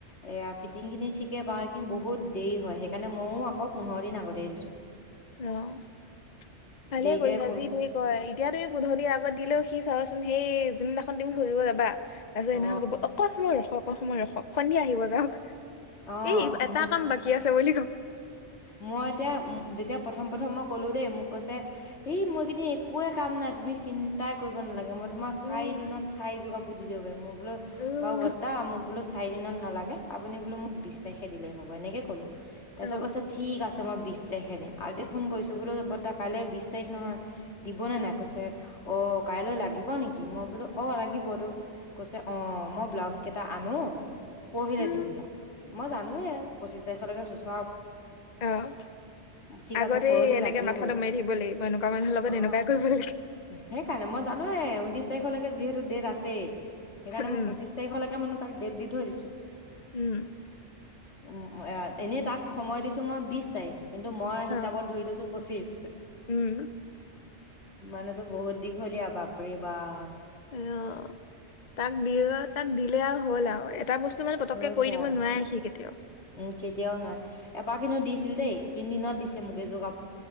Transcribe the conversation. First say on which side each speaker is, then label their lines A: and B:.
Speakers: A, on the left; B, on the left.
A: এ ফিটিং খিনি ঠিকে পাওঁ, কিন্ত বহুত দেৰি হয়, সেইকাৰণে ম‌ইও আকৌ পোন্ধোৰ দিন আগতে দিছো।
B: অ', ভালে
A: দেৰিকে
B: কৰিছা,
A: শুন
B: যি দেৰি কৰে, ই এতিয়া তুমি পোন্ধোৰ দিন আগত দিলেও, সি চাবাচোন, সেই যনদিনাখন তুমি সুধিব যাবা তাৰপিছত সিদিনাখন
A: অ
B: ক'ব অকণ সময় ৰখক, অ'। সময় ৰখক, সন্ধিয়া আহিব যাওক।
A: অ
B: এই এটা
A: মোক
B: কাম বাকী আছে বুলি ক
A: মই এতিয়া ম-যেতিয়া প্ৰথম-প্ৰথম মই ক'ল দেই, মোক কৈছে এই মই এইকেইদিন একোৱে কাম নাই তুমি চিন্তাই কৰিব নালাগে। মই তোমাক
B: উম
A: চাৰি দিনত, চাৰিযোৰ কাপোৰ দি দিব পাৰিম। মই বোলো,
B: উম
A: বাৰু বৰতা, মোক বোলো চাৰি দিনত নালাগ আপুনি বোলো, মোক বিশ তাৰিখ খে দিলে হ'ব, এনেকে কলো তাচত
B: অ
A: কছে, ঠিক আছে আছে মই বিশ তাৰিখে দিম, আজি ফোন কৰিছো বোলো ব'তা কাইলৈ বিশ তাৰিখ নহয়, দিবনে নাই? কৈছে, অ' কাইলৈ লাগিব নেকি? মই বোলো অঁ লাগিবতো কৈছে অঁ, মই ব্লাউজ কেইটা আনো, পৰহিলে
B: উম
A: দিম দিয়া। মই জানো'এ, পঁচিশ তাৰিখলৈকে চুচ
B: অঁ,
A: ঠিক
B: আগতে
A: আছে পৰহি
B: এনেকে
A: লাগিবই
B: মাথাটো মাৰি থাকিব লাগিব, এনেকুৱা মানুহৰ লগত
A: অ
B: এনেকুৱাই কৰিব লাগে।
A: সেইকাৰণে মই জানো ঊনতিশ প তাৰিখলৈকে যিহেতু ডেট আছে, সেইকাৰণে
B: উম
A: মই পচিশ তাৰিখলৈকে মানে তাক দেত দি থয়ছো।
B: উম।
A: উম, এনে তাক সময় দি মই বিশ তাৰিখ, কিন্তু মই হিচাপত
B: অ
A: ধৰি থৈছো পঁচিছ,
B: উম
A: মানুহতো বহুত দীঘলীয়া ভাব! বাব'ৰে বাব।
B: অঁ তাক দি, তাক দিলে আৰু হ'ল এটা আৰু বস্তু মানে পতককে
A: হৈছে
B: কৰি দিব
A: আ,
B: নোৱাৰে সি কেতিয়াও
A: উম কেতিয়াও নয়, এবাৰ কিন্তু দিছিল দেই। তিনিদিনত দিছে মোক এযোৰ